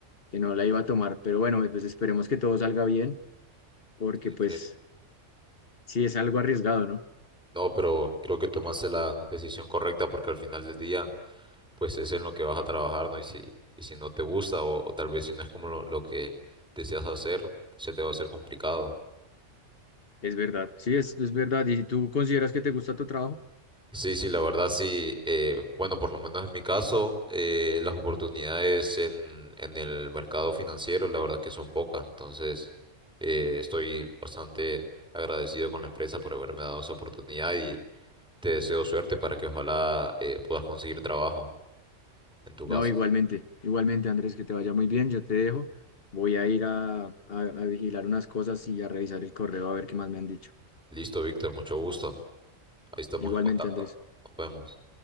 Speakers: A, on the left; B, in the centre.
A: que no la iba a tomar. Pero bueno, pues esperemos que todo salga bien porque
B: sí,
A: pues
B: sí.
A: sí es algo arriesgado, ¿no?
B: No, pero creo que tomaste la decisión correcta porque al final del día, pues es en lo que vas a trabajar, ¿no? Y si, y si no te gusta o, o tal vez si no es como lo, lo que deseas hacer, se te va a hacer complicado.
A: Es verdad, sí, es, es verdad. ¿Y tú consideras que te gusta tu trabajo?
B: Sí, sí, la verdad sí. eh, bueno, por lo menos en mi caso, eh, las oportunidades en, en el mercado financiero, la verdad que son pocas. Entonces, eh, estoy bastante agradecido con la empresa por haberme dado esa oportunidad y te deseo suerte para que ojalá eh, puedas conseguir trabajo en tu
A: No,
B: casa.
A: igualmente, igualmente, Andrés, que te vaya muy bien. Yo te dejo. Voy a ir a, a a vigilar unas cosas y a revisar el correo a ver qué más me han dicho.
B: Listo, Víctor, mucho gusto. Ahí estamos
A: Igualmente,
B: en contacto.
A: Andrés.
B: Nos vemos.